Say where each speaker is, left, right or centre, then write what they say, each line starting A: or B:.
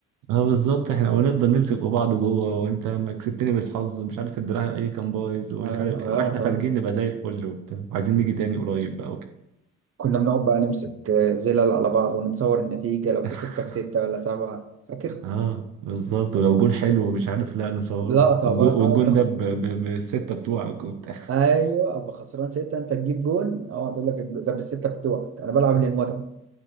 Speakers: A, on the right (about 70°); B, on the right (about 40°).
A: اه بالظبط احنا ونفضل نمسك في بعض جوه وانت ما كسبتني بالحظ ومش عارف الدراع ايه كان بايظ ومش
B: آه
A: عارف
B: آه
A: إيه، واحنا خارجين
B: آه.
A: نبقى زي الفل وبتاع وعايزين نيجي تاني قريب بقى وكده
B: كنا بنقعد بقى نمسك آه، زلل على بعض ونتصور النتيجة لو
A: <laughs>
B: كسبتك ستة ولا سبعة فاكر
A: اه بالظبط ولو جون حلو ومش عارف لا نصوره
B: لقطة
A: والجو-
B: بقى
A: والجون
B: بناخد
A: ده ب- ب- بالستة بتوعك وبتاع <laughs>
B: ايوه ابقى خسران سته انت تجيب جون اقعد اقول لك الج- ده بالسته بتوعك انا بلعب للمتعه